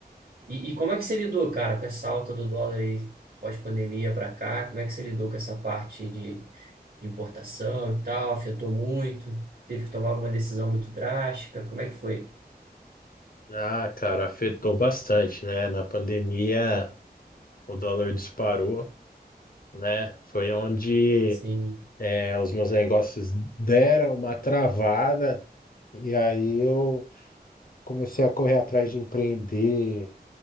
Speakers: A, on the right (about 65°); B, on the left (about 60°).
A: E, e como é que você lidou, cara, com essa alta do dólar aí pós-pandemia para cá? Como é que você lidou com essa parte de importação e tal, afetou muito, teve que tomar alguma decisão muito drástica, como é que foi?
B: Ah, cara, afetou bastante, né? Na pandemia, o dólar disparou, né? Foi onde
A: Sim,
B: é, os meus negócios deram uma travada e aí eu comecei a correr atrás de empreender,